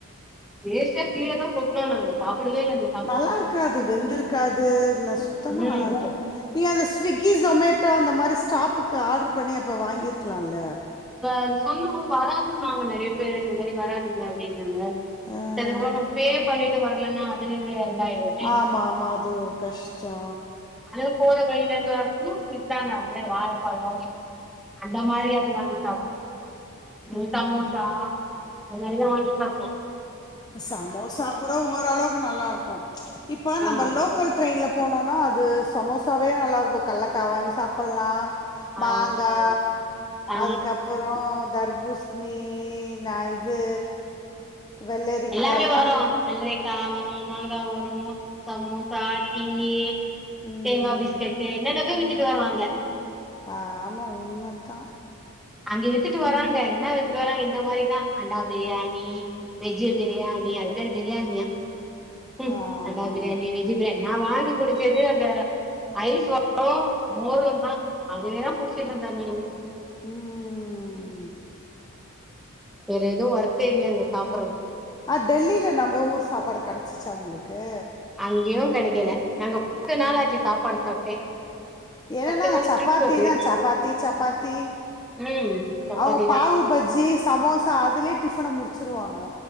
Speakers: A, in the centre; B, on the left.
A: வேஸ்டா கீழ தா கொட்னோ நாங்க சாப்படவே இல்லங்க
B: நல்லா இருக்காது வெந்திருக்காது ந சுத்தமா
A: ம்
B: நல்லா இருக்க நீங்க அந்த ஸ்விகி சொமேட் டோ அந்த மாரி ஸ்டாப்புக்கு ஆர்ட்ரு பண்ணி அப்போ வாங்கியிருக்கலால
A: அது சொல்லு போது வராதுன்னாங்க நெறைய பேரு இந்த மாரி வராதுங்க அப்டின்னாங்க
B: ஆ
A: தெரிஞ்சக்கப்புறோ நம் பே பண்ணிட்டு வரலன்னா அதுவே இதாயிறு
B: ஆமா ஆமா அது ஒரு கஷ்டோ
A: அப்டே போற வழியில இது ஃபுரூட்ஸ் வித்தாங்க வாழப்பழோ அந்த மாரியாது வாங்கி மினி
B: ம்
A: சமோசா இந்த மாரிதா வாங்கி சாப்டோ
B: சமோசா கூட ஓர் அளவுக்கு நல்லா இருக்கு இப்ப
A: ஆ
B: நம்ம லோக்கல் ட்ரெயின்ல போனோனா அது சமோசாவே நல்லாருக்கு கல்லக்கா வாங்கி சாப்பல்லா
A: ஆ
B: மாங்கா
A: ஆ
B: அதுக்கப்புறோ தர்பூஸ்ணீ நா இது வெள்ளரிக்கால்லா
A: எல்லாமே வரு
B: ஊ
A: வெள்ரிக்கா வரு மாங்கா வரு சமோசா டீயி
B: ம்
A: தேங்கா பிஸ்கட்டு என்னன்னதோ வித்துட்டு வருவாங்க
B: ஆமா உண்மத்தா
A: அங்க வித்துட்டு வராங்க என்னா வித்துட்டு வராங்க இந்த மாரிதா அண்டா பிரியாணி வெஜ்ஜு பிரியாணி அது பேரு பிரியாணியா ம்
B: ஆமா
A: அண்டா பிரியாணி
B: ஆமா
A: வெஜ் நா வாங்கி குடிச்சது அந்த ஐஸ் வ <inaudible> மோரு தா அதுவேதா குடிச்சிட்டு இருந்த நானு
B: ம்ம்ம்ம்ம்
A: வேற எது வொர்த்தே இல்லங்க சாப்
B: ஆ டெல்லில நம்ம ஊர் சாப்பாடு கெடச்சிச்சா உங்ளுக்கு
A: அங்கியு கெடைக்கல நாங்க <inaudible> நாளாச்சு சாப்பாடு சாப்ட்டே
B: ஏனா
A: பத்து
B: அங்க
A: நாள்
B: சப்பாத்தி
A: ட்ரிப் அது
B: தா சப்பாத்தி சப்பாத்தி
A: ம் சப்பாத்தி
B: அவுங்க பாவு
A: தா
B: பஜ்ஜி சமோசா அதுலயே டிஃபன முடிச்சிருவாங்க